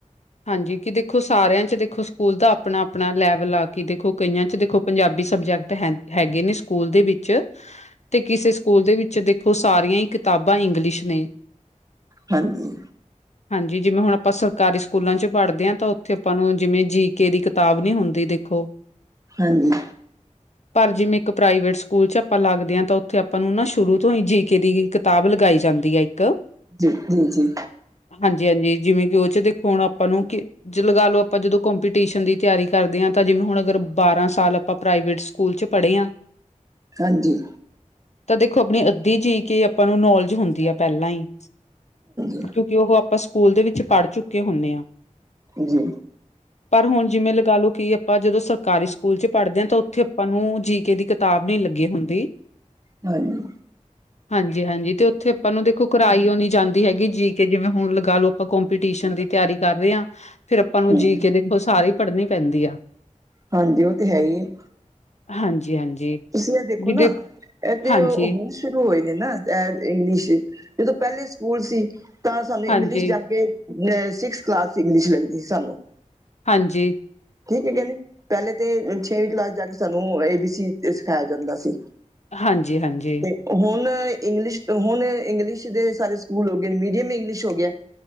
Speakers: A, on the left; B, on the right.
A: ਹਾਂਜੀ। ਕਿ ਦੇਖੋ ਸਾਰਿਆਂ ਚ' ਦੇਖੋ ਸਕੂਲ ਦਾ ਆਪਣਾ-ਆਪਣਾ ਲੈਵਲ ਆ ਕੇ ਦੇਖੋ ਕਈਆਂ ਚ' ਦੇਖੋ ਪੰਜਾਬੀ ਸਬਜੈਕਟ ਹੈ ਹੈਗੇ ਨੇ ਸਕੂਲ ਦੇ ਵਿੱਚ। ਤੇ ਕਿਸੇ ਸਕੂਲ ਦੇ ਵਿੱਚ ਦੇਖੋ ਸਾਰੀਆਂ ਹੀ ਕਿਤਾਬਾਂ ਇੰਗਲਿਸ਼ ਨੇ।
B: ਹਾਂਜੀ।
A: ਹਾਂਜੀ, ਜਿਵੇਂ ਹੁਣ ਆਪਾਂ ਸਰਕਾਰੀ ਸਕੂਲਾਂ ਚ' ਪੜ੍ਹਦੇ ਹਾਂ ਤਾਂ ਉੱਥੇ ਆਪਾਂ ਨੂੰ ਜਿਵੇਂ ਜੀ ਕੇ ਦੀ ਕਿਤਾਬ ਨੀ ਹੁੰਦੀ ਦੇਖੋ।
B: ਹਾਂਜੀ।
A: ਪਰ ਜਿਵੇਂ ਇੱਕ ਪ੍ਰਾਈਵੇਟ ਸਕੂਲ ਚ' ਆਪਾਂ ਲੱਗਦੇ ਹਾਂ ਤਾਂ ਉੱਥੇ ਆਪਾਂ ਨੂੰ ਨਾ ਸ਼ੁਰੂ ਤੋਂ ਹੀ ਜੀ ਕੇ ਦੀ ਕਿਤਾਬ ਲਗਾਈ ਜਾਂਦੀ ਹੈ ਇੱਕ।
B: ਜੀ-ਜੀ-ਜੀ।
A: ਹਾਂਜੀ-ਹਾਂਜੀ ਜਿਵੇਂ ਕਿ ਉਹ ਚ' ਦੇਖੋ ਹੁਣ ਆਪਾਂ ਨੂੰ ਕਿ ਲਗਾ ਲੋ ਆਪਾਂ ਜਦੋਂ ਘੁੰ ਪੀਟੀਸ਼ਨ ਦੀ ਤਿਆਰੀ ਕਰਦੇ ਹਾਂ। ਤਾਂ ਜਿਵੇਂ ਹੁਣ ਅਗਰ ਬਾਰਾਂ ਸਾਲ ਆਪਾਂ ਪ੍ਰਾਈਵੇਟ ਸਕੂਲ 'ਚ ਪੜ੍ਹੇ ਆ
B: ਹਾਂਜੀ।
A: ਤਾਂ ਦੇਖੋ ਆਪਣੀ ਅੱਧੀ ਜੀ ਕੇ ਆਪਾਂ ਨੂੰ ਨੌਲੇਜ ਹੁੰਦੀ ਆ ਪਹਿਲਾਂ ਹੀ
B: ਹਾਂਜੀ
A: ਕਿਉਂਕਿ ਉਹ ਆਪਾਂ ਸਕੂਲ ਦੇ ਵਿੱਚ ਪੜ੍ਹ ਚੁੱਕੇ ਹੁੰਨੇ ਹਾਂ।
B: ਜੀ।
A: ਪਰ ਹੁਣ ਜਿਵੇਂ ਲਗਾ ਲਓ ਕਿ ਆਪਾਂ ਜਦੋਂ ਸਰਕਾਰੀ ਸਕੂਲ ਚ ਪੜ੍ਹਦੇ ਹਾਂ ਤਾਂ ਉਥੇ ਆਪਾਂ ਨੂੰ ਜੀ ਕੇ ਦੀ ਕਿਤਾਬ ਨੀ ਲੱਗੀ ਹੁੰਦੀ
B: ਹਾਂਜੀ
A: ਹਾਂਜੀ-ਹਾਂਜੀ ਤੇ ਉੱਥੇ ਆਪਾਂ ਨੂੰ ਦੇਖੋ ਸਿਖਾਈ ਓ ਨੀ ਜਾਂਦੀ ਹੈਗੀ ਜੀ ਕੇ ਜਿਵੇਂ ਹੁਣ ਲਗਾ ਲਓ ਆਪਾਂ ਕੋਂਪੀਟੀਸ਼ਨ ਦੀ ਤਿਆਰੀ ਕਰ ਰਹੇ ਹਾਂ ਫਿਰ ਆਪਾਂ ਨੂੰ
B: ਹਾਂਜੀ
A: ਜੀ ਕੇ ਦੇਖੋ ਸਾਰੀ ਪੜ੍ਹਨੀ ਪੈਂਦੀ ਆ
B: ਹਾਂਜੀ ਉਹ ਤੇ ਹੈਈ ਏ
A: ਹਾਂਜੀ-ਹਾਂਜੀ
B: ਤੁਸੀਂ ਐ ਦੇਖੋ
A: ਵੀ
B: ਨਾ
A: ਦੇਖ
B: ਇਹ ਤੇ
A: ਹਾਂਜੀ।
B: ਉਹ ਹੁਣ ਸ਼ੁਰੂ ਹੋਏ ਨੇ ਨਾ ਇੰਗਲਿਸ਼, ਜਦੋਂ ਪਹਿਲੇ ਸਕੂਲ ਸੀ, ਤਾਂ ਸਾਨੂੰ ਇੰਗਲਿਸ਼
A: ਹਾਂਜੀ,
B: ਜਾ ਕੇ ਅ ਸਿਕਸ ਕਲਾਸ ਚ ਇੰਗਲਿਸ਼ ਲੱਗਦੀ ਸਾਨੂੰ
A: ਹਾਂਜੀ
B: ਠੀਕ ਕਹਿੰਦੇ, ਪਹਿਲੇ ਤੇ ਛੇਵੀਂ ਕਲਾਸ ਜਾ ਕੇ ਸਾਨੂੰ ਏ ਬੀ ਸੀ ਸਿਖਾਇਆ ਜਾਂਦਾ ਸੀ
A: ਹਾਂਜੀ-ਹਾਂਜੀ
B: ਤੇ ਹੁਣ ਇੰਗਲਿਸ਼ ਹੁਣ ਇੰਗਲਿਸ਼ ਦੇ ਸਾਰੇ ਸਕੂਲ ਹੋ ਗਏ ਨੇ ਮੀਡੀਅਮ ਇੰਗਲਿਸ਼ ਹੋ ਗਿਆ